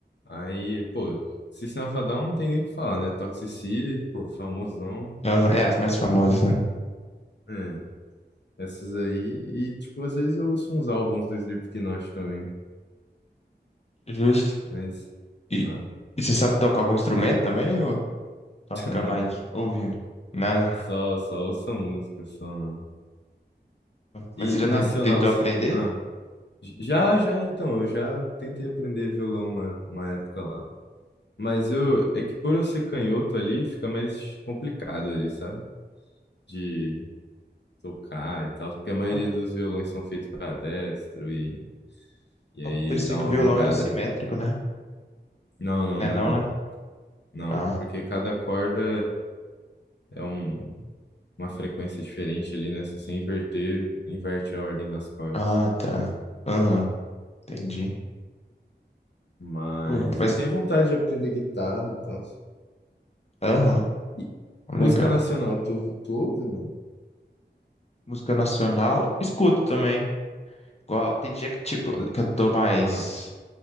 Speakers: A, on the left (about 70°); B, on the left (about 35°).
A: Aí, pô, System of a Down não tem nem o que falar, né? Toxic City, pô, famosão.
B: aham. É, as mais famosas, né?
A: É, essas aí. E, tipo, às vezes eu ouço uns álbuns do Slipknot também.
B: Justo.
A: Mas.
B: E,
A: Ah,
B: e você sabe tocar algum instrumento também ou só
A: <laughs>
B: ficar
A: não.
B: mais ouvindo? Nada.
A: Só, só ouço a música, só.
B: Mas
A: E,
B: você já
A: e nacional.
B: ten- tentou aprender?
A: Ah. Já, já, então, eu já tentei aprender violão uma, uma época lá. Mas eu, é que por eu ser canhoto ali, fica mais complicado ali, sabe? De tocar e tal, porque a maioria
B: Ah.
A: dos violões são feitos para destro e, e
B: Eu
A: aí
B: pensei
A: dá
B: que
A: uma
B: o violão
A: bugada.
B: era simétrico, né?
A: Não, não,
B: É
A: não,
B: não,
A: é não.
B: né?
A: Não,
B: Ah,
A: porque cada corda é, é um, uma frequência diferente ali, né? Se você inverter, inverte a ordem das cordas.
B: ah, tá. Aham, entendi.
A: Mas
B: Pô, mas,
A: eu tenho vontade de aprender guitarra e tal.
B: aham,
A: E
B: legal.
A: música nacional, tu, tu ouve, mano?
B: Música nacional, escuto também. Igual, tem dia que, tipo,
A: Le-
B: que eu tô mais,
A: Ah.